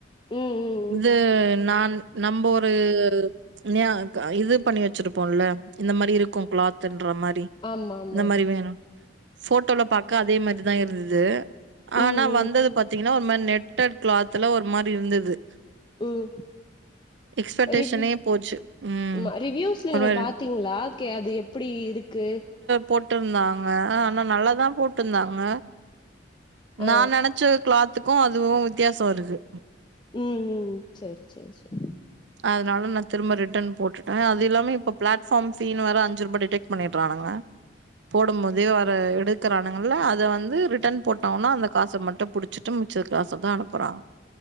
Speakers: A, on the left; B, on the right.
A: ம் ம் ம்
B: இது நான் நம்ப ஒரு <unintelligible> க இது பண்ணி வச்சிருப்போம்ல இந்த மாரி இருக்கு க்ளாத்ன்ற மாரி
A: ஆமா ஆமா
B: இந்த மாரி வேணு போட்டோல பாக்க அதே மாத்ரிதா இருந்தது ஆனா
A: ம் ம்
B: வந்தது பாத்தீங்கன்னா ஒரு மாரி நெட்டட் க்ளாத்ல ஒரு மாரி இருந்தது
A: ம்
B: எக்ஸ்பெக்டேஷனே
A: ரிவி
B: போச்சு. ம்.
A: ம்ம ரிவ்யூஸ்ல
B: ஒரு
A: நீங்க
B: மாரி
A: பாத்திங்ளா கே அது எப் அப்புடி இருக்கு
B: போட்டுர்ந்தாங்க ஆனா நல்லா தா போட்ருந்தாங்க
A: ஆ
B: நா நெனைச்ச க்ளாத்துக்கு அதுவு வித்தியாசோ இருக்கு
A: ம் ம் செரி செரி செரி
B: அதனால ந திரும்ப ரிட்டன் போட்டுட்டே அது இல்லாம இப்போ பிளாட்ஃபார்ம் பீனு வேற அஞ்சுருபா டிடெட் பண்ணிடுறானங்க போடும்போதே வர எடுக்குறானுங்கல அத வந்து ரிட்டன் போட்டோனா அந்த காச மட்டு புடுச்சுட்டு மிச்ச காச தா அனுப்புறாங்